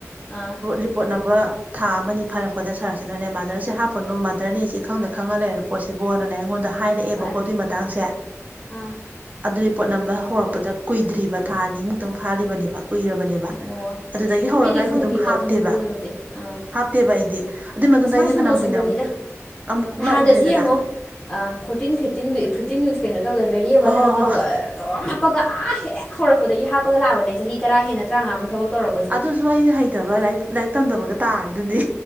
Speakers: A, on the left; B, on the right.
A: ꯑꯥ
B: ꯔꯤꯄꯣꯠ ꯅꯝꯕ ꯊꯥ ꯑꯃ ꯑꯅꯤ ꯐꯥꯔꯛꯄꯗ ꯁꯥꯔꯁꯤꯅꯅꯦ ꯃꯥꯗꯔꯁꯦ ꯍꯥꯞꯄꯅꯨ ꯃꯥꯗꯔꯅꯦ ꯁꯤ ꯈꯪꯗ ꯈꯪꯉꯥ ꯂꯩꯔꯕ ꯄꯣꯠꯁꯤꯕꯣꯅꯅꯦ ꯑꯩꯉꯣꯟꯗ꯫ ꯍꯥꯏꯔꯛꯑꯦꯕꯀꯣ
A: ꯍꯣꯏ
B: ꯑꯗꯨꯏ ꯃꯇꯥꯡꯁꯦ
A: ꯑꯥ
B: ꯑꯗꯨꯒꯤ ꯄꯣꯠ ꯅꯝꯕꯔ ꯍꯧꯔꯛꯄꯗ꯫ ꯀꯨꯏꯗ꯭ꯔꯤꯕ ꯊꯥ ꯑꯅꯤꯃꯨꯛꯇꯪ ꯐꯥꯔꯤꯕꯅꯦꯕ꯫ ꯀꯨꯏꯔꯕꯅꯦꯕ
A: ꯑꯣ
B: ꯑꯗꯨꯗꯒꯤ ꯍꯧꯔꯒ ꯑꯩꯗꯤ
A: ꯈꯪꯗꯦ
B: ꯑꯗꯨꯝ ꯍꯥꯞꯇꯦꯕ
A: ꯋꯥꯈꯟꯕꯨ ꯑꯣꯏꯔꯨꯗꯦ ꯑꯥ
B: ꯍꯥꯞꯇꯦꯕ ꯑꯩꯗꯤ꯫ ꯑꯗꯨꯏ ꯃꯇꯨꯡꯗ
A: ꯑꯁ ꯃꯥꯏ
B: ꯑꯩꯗꯤ
A: ꯁꯣꯅꯣ
B: ꯐꯅꯌꯥꯝ
A: ꯆꯨꯕꯅꯤꯗ
B: ꯀꯨꯏꯅ ꯑꯃꯨꯛ ꯑꯃꯨꯛ
A: ꯅꯍꯥꯟꯗꯁꯨ
B: ꯂꯥꯛꯎꯗ꯭ꯔꯦꯗꯅ꯫
A: ꯌꯦꯡꯉꯣ fourteen fifteen week fifteen weeks ꯀꯩꯅꯣ ꯇꯧꯗ ꯕꯦꯔꯤꯌꯦꯕꯜ
B: ꯍꯣꯏ ꯍꯣꯏ
A: ꯍꯥꯞꯄꯗꯣ꯫
B: ꯍꯣꯏ
A: ꯑꯗꯨꯝ ꯍꯥꯞꯄꯒ ꯑꯥ ꯍꯦꯛ ꯍꯧꯔꯛꯄꯗꯒꯤ ꯍꯥꯞꯄꯒ ꯂꯥꯛꯑꯕꯅꯦ ꯆꯍꯤ ꯇꯔꯥ ꯍꯦꯟꯅ ꯇꯔꯥꯃꯉꯥꯃꯨꯛ ꯊꯕꯛ ꯇꯧꯔꯛꯄ꯫
B: ꯑꯗꯨꯁꯨ ꯑꯩꯅ ꯍꯩꯇꯕ ꯂꯥꯏꯔꯤꯛ ꯂꯥꯏꯔꯤꯛ ꯇꯝꯗꯕꯒ ꯇꯥꯔꯤꯗꯨꯅꯤ